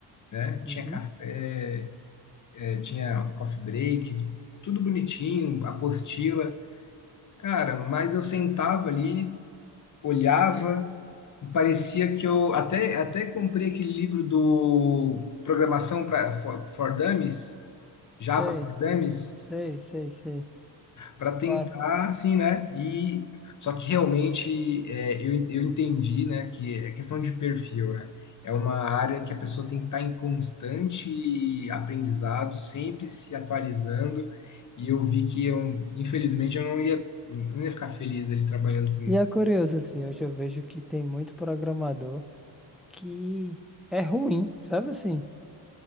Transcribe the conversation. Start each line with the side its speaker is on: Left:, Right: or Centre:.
Left: né?
Centre: uhum.
Left: Tinha café, tinha coffee break, tudo bonitinho, apostila. Cara, mas eu sentava ali, olhava e parecia que eu até até comprei aquele livro do Programação para for, for Dummies, Java
Centre: Sei,
Left: for Dummies.
Centre: sei, sei, sei.
Left: para tentar,
Centre: Clássico.
Left: assim, né? E só que realmente é, eu, eu entendi, né, que é questão de perfil, né? É uma área que a pessoa tem que estar em constante aprendizado, sempre se atualizando. E eu vi que eu, infelizmente, eu não ia, não ia ficar feliz ali trabalhando com isso.
Centre: E é curioso, assim, hoje eu vejo que tem muito programador que é ruim, sabe assim?